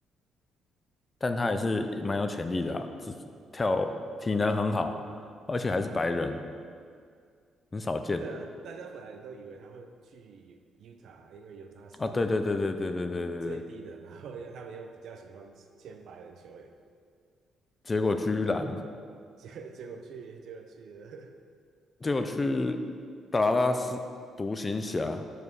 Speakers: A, on the left; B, on the right.
A: 但他也是蛮有潜力的啊只跳体能很好，而且还是白人，很少见
B: 对啊，大家本来都以为他会去 u t 因为 u t 是
A: 啊。对对对对对对对对对，
B: 最低的，然后又他们又比较喜欢签白人球员，
A: 结果居然
B: 结结果去结果去了。
A: 结果去达拉斯独行侠，